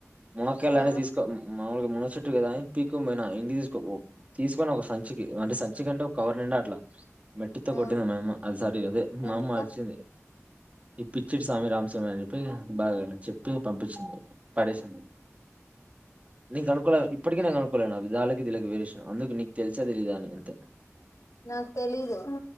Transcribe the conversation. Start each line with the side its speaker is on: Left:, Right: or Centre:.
Right: మునక్కాయలన్ని
Left: ఆ
Right: తీసుకో మాములుగా మునగ చెట్టు కదా అని పీక్కు పోయిన ఇంటి తీసుకో తీసుకొని ఒక సంచికి అంటే సంచికి అంటే ఒక కవర్ నిండ అట్లా. మెట్టుతో
Left: ఆ
Right: కొట్టింది మా యమ్మ అది సారి అదే మా
Left: ఎందుక
Right: అమ్మ అరిచింది ఈ పిచ్చిడి సామి రామసామీ అని చెప్పి బాగా చెప్పి పంపించింది పడేసింది నీకు అనుకూల ఇప్పటికి నేన్ కనుకోలేదు దాళ్ళకి దీళ్ళకి వేరేషన్ అందుకు నీకు తెలిసా తెలిదా అంతే
Left: నాకు తెలీదు